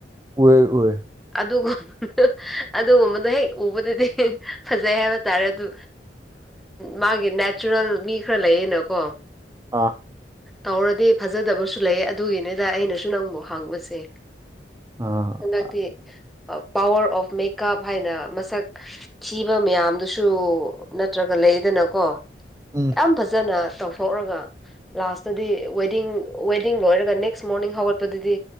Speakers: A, on the right; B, in the centre.
A: ꯎꯔꯦ ꯎꯌꯦ
B: ꯑꯗꯨꯒꯨꯝ ꯑꯗꯨꯒꯨꯝꯕꯗꯣ ꯍꯦꯛ ꯎꯕꯗꯗꯤ ꯐꯖꯩ ꯍꯥꯏꯕ ꯇꯥꯔꯦ ꯑꯗꯨ ꯃꯥꯒꯤ ꯅꯦꯆꯔꯦꯜ ꯃꯤ ꯈꯔ ꯂꯩꯌꯦꯅꯀꯣ
A: ꯑꯥ
B: ꯇꯧꯔꯗꯤ ꯐꯖꯗꯕꯁꯨ ꯂꯩ ꯑꯗꯨꯒꯤꯅꯤꯗ ꯑꯩꯅꯁꯨ ꯅꯪꯕꯨ ꯍꯥꯡꯕꯁꯦ
A: ꯑ
B: ꯍꯟꯗꯛꯇꯤ ꯄꯋꯥꯔ ꯑꯣꯐ ꯃꯦꯀꯞ ꯍꯥꯏꯅ ꯃꯁꯛ ꯊꯤꯕ ꯃꯌꯥꯝꯗꯨꯁꯨ ꯅꯠꯇ꯭ꯔꯒ ꯂꯩꯗꯅꯀꯣ
A: ꯎꯝ
B: ꯌꯥꯝ ꯐꯖꯅ ꯇꯧꯊꯣꯛꯂꯒ ꯂꯥꯁꯇꯗꯤ ꯋꯦꯗꯤꯡ ꯋꯦꯗꯤꯡ ꯂꯣꯏꯔꯒ ꯅꯦꯛꯁ ꯃꯣꯔꯅꯤꯡ ꯍꯧꯒꯠꯄꯗꯗꯤ